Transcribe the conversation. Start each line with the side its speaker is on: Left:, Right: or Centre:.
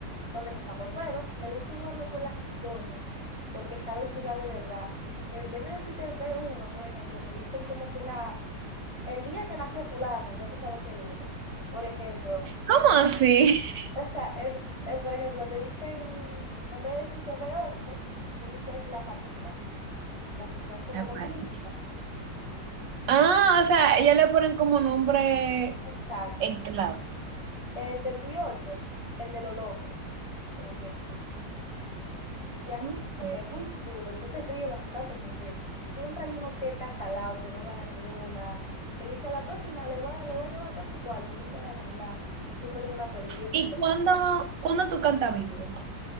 Left: organizando, pero me gusta jugarlo con las doñas porque saben jugar de verdad. Que en vez de decirte b uno, por ejemplo, te dicen como que una, el día que nació fulano, ya tú sabes que el 1, por ejemplo.
Right: ¿Cómo así?
Left: O sea, el- el, por ejemplo, te dicen, en vez de decirte b once, te dicen la patica, porque son como
Right: Zapati.
Left: dos canillitas.
Right: Ah, o sea, ellas le ponen como nombre
Left: Exacto.
Right: en clave.
Left: El 28, el de lo loco, por ejemplo. Y así,
Right: Ok.
Left: como que es muy chulo y tú te ríes bastante porque siempre hay uno que está salado, que no gana ni una, que dice la próxima le voy a, le voy a llevar todo su cuarto y nunca ganan nada y siempre terminan perdiendo.
Right: ¿Y cuándo, cuándo tú cantas bingo? O